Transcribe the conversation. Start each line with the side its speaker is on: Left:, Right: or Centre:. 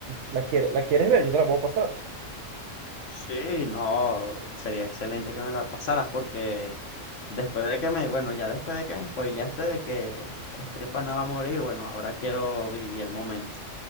Right: ¿La quiere- la quieres ver? Yo te la puedo pasar.
Left: Sí, no, sería excelente que me la pasaras porque Después de que me, bueno, ya después de que me spoileaste de que este pana va a morir, bueno, ahora quiero vivir el momento.